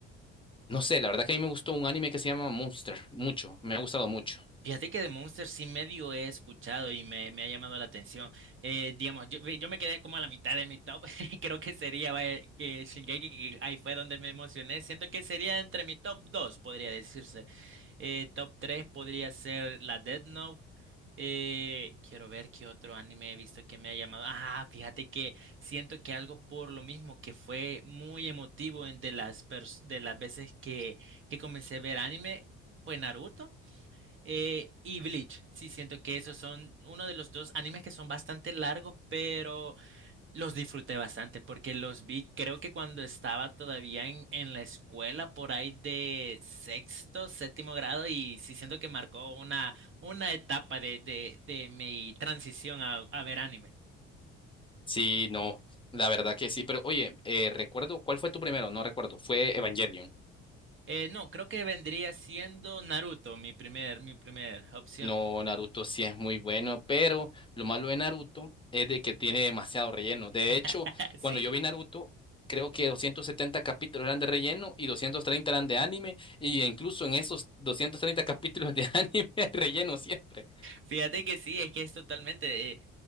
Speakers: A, on the left; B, on the right.
A: no sé, la verdad que a mí me gustó un anime que se llama Monster, mucho, me ha gustado mucho.
B: Fíjate que de Monster sí medio he escuchado y me, me ha llamado la atención. Eh, digamos, yo, yo me quedé como a la mitad de mi top. <laughs> Creo que sería vaya, que Shingeki, que ahí fue donde me emocioné. Siento que sería entre mi top 2 podría decirse. Eh, top 3 podría ser la Death Note. Eh, quiero ver qué otro anime he visto que me ha llamado. Ah, fíjate que siento que algo por lo mismo que fue muy emotivo en de las pers- de las veces que, que comencé a ver anime fue Naruto eh, y Bleach. Sí, siento que esos son uno de los dos animes que son bastante largos, pero los disfruté bastante porque los vi, creo que cuando estaba todavía en, en la escuela, por ahí de sexto, séptimo grado, y sí siento que marcó una, una etapa de, de, de mi transición a, a ver anime.
A: Sí, no, la verdad que sí, pero oye, eh, recuerdo, ¿cuál fue tu primero? No recuerdo, fue Evangelion.
B: Eh, no, creo que vendría siendo Naruto mi primer, mi primer opción.
A: No, Naruto sí es muy bueno, pero lo malo de Naruto es de que tiene demasiado relleno. De hecho,
B: <laughs> Sí.
A: cuando yo vi Naruto, creo que 270 capítulos eran de relleno y 230 eran de anime, y incluso en esos 230 capítulos de <laughs> anime hay relleno siempre.
B: Fíjate que sí, es que es totalmente eh,